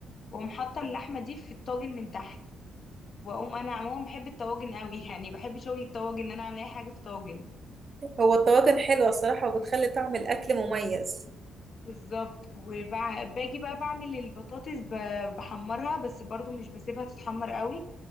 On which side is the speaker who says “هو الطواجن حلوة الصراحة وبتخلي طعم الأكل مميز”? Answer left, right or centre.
Right